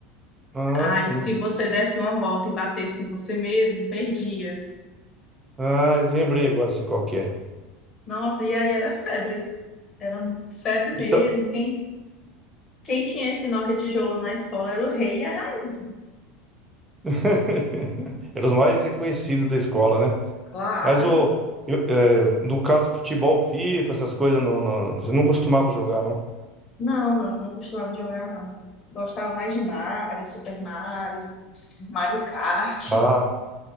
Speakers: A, on the right; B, on the left.
A: Ah,
B: Aí,
A: sim.
B: se você desse uma volta e batesse em você mesmo, perdia.
A: Ah, eu lembrei agora sim qual que é.
B: Nossa, e aí era febre. Era um, febre mesmo.
A: Então,
B: Quem, quem tinha esse Nokia tijolão na escola era o rei e a rainha.
A: <laughs> eram os mais reconhecidos da escola, né?
B: Claro.
A: Mas o, eu- é, no caso, futebol, FIFA, essas coisas, não, não, você não costumava jogar, não?
B: Não, não, não costumava jogar, não. Gostava mais de Mario, Super Mario, Mario Kart.
A: Ah.